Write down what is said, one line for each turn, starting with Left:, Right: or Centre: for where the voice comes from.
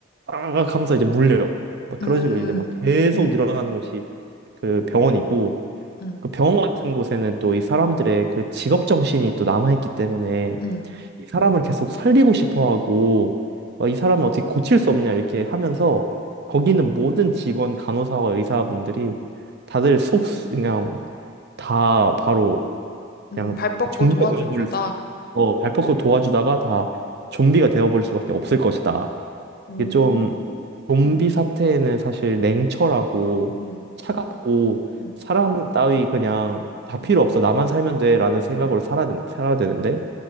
Right: 아 하면서 이제 물려요 막 그런
Left: 음,
Right: 식으로 이제 막 계속
Left: 응,
Right: 늘어나는 곳이 그 병원이고
Left: 응,
Right: 그 병원 같은 곳에는 또 이 사람들의 그 직업 정신이 또 남아있기 때문에
Left: 응.
Right: 이 사람을 계속 살리고 싶어 하고 어, 이 사람을 어떻게 고칠 수 없냐 이렇게 하면서 거기 있는 모든 직원 간호사와 의사분들이 다들 속 그냥 다 바로
Left: 음,
Right: 그냥
Left: 발 뻗고
Right: 좀비가
Left: 도와줄
Right: 되어버릴
Left: 거다.
Right: 수 어, 발포크 도와주다가 다 좀비가 되어버릴 수밖에 없을 것이다.
Left: 음,
Right: 이게 좀 좀비 사태에는 사실 냉철하고
Left: 응,
Right: 차갑고
Left: 응,
Right: 사람 따위 그냥 다
Left: 응,
Right: 필요 없어 나만 살면 돼라는 생각으로
Left: 응.
Right: 살아야 된다 살아야 되는데